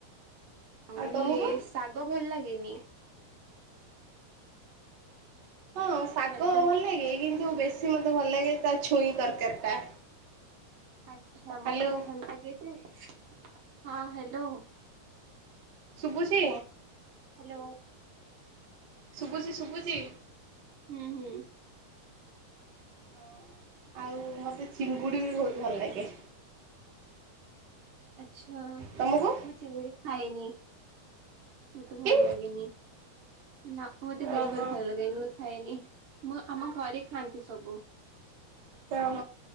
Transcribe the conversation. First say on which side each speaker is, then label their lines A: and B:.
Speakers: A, on the right; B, on the right.
A: ମାନେ
B: ଆଉ ତମକୁ?
A: ଶାଗ ଭଲ ଲାଗେନି
B: ହଁ ଶାଗ
A: ହ୍ୟାଲୋ
B: ଭଲ ଲାଗେ କିନ୍ତୁ ବେଶୀ ମତେ ଭଲ ଲାଗେ ତା ଛୁଇଁ ତରକାରୀ ଟା।
A: ଆଛା
B: ହ୍ୟାଲୋ
A: ମତେ ବି ଭଲ ଲାଗେ ହଁ ହ୍ୟାଲୋ।
B: ଶୁଭୁଛି
A: ହ୍ୟାଲୋ।
B: ଶୁଭୁଛି ଶୁଭୁଛି।
A: ହୁଁ ହୁଁ।
B: ହ ଆଉ ମତେ ଚିଙ୍ଗୁଡ଼ି ବି ବହୁତ ଭଲ ଲାଗେ।
A: ଆଛା
B: ତମକୁ
A: ମୁଁ ଚଗ ଖାଏନି ମତେ ଭଲ
B: କି
A: ଲାଗେନି। ନା ମତେ ବଲ୍କୁଲୁ
B: ଓହୋ
A: ଫଲ ଲାଗେନି। ହେଇନି ମୁଁ ଆମ ଘରେ ଖାଆନ୍ତି ସବୁ।
B: ହ